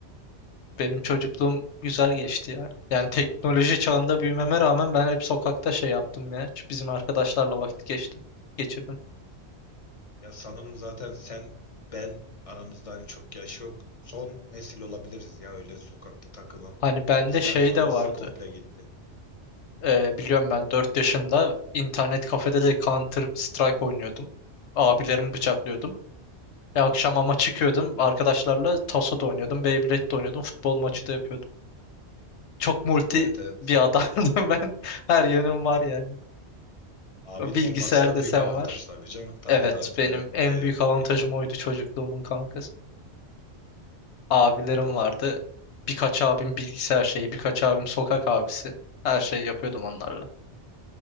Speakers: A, on the left; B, on the left.
A: Benim çocukluğum güzel geçti ya. Yani teknoloji çağında büyümeme rağmen ben hep sokakta şey yaptım ya. Şu Bizim arkadaşlarla vakit geçtim, geçirdim.
B: Ya sanırım zaten sen ben aramızda hani çok yaş yok. Son nesil olabiliriz ya öyle sokakta takılan.
A: Hani bende
B: Bizden
A: şey
B: sonrası
A: de vardı.
B: komple gitti.
A: Ee, biliyorum ben 4 yaşında internet kafede de Counter Strike oynuyordum. Abilerimi bıçaklıyordum. E, akşam ama çıkıyordum arkadaşlarla taso da oynuyordum, Beyblade de oynuyordum, futbol maçı da yapıyordum. Çok multi
B: Evet evet.
A: bir adamdım <laughs> ben. Her yönüm var yani.
B: Abinin
A: Bilgisayar
B: olması da
A: desen
B: büyük avantaj
A: var.
B: tabii canım. Tabii
A: Evet,
B: tabii tabii.
A: benim en
B: Yani,
A: büyük avantajım
B: en büyük
A: oydu
B: avantaj.
A: çocukluğumun kankası. Abilerim
B: Yani Poki
A: vardı. Birkaç abim bilgisayar şeyi, birkaç abim sokak abisi. Her şeyi yapıyordum onlarla.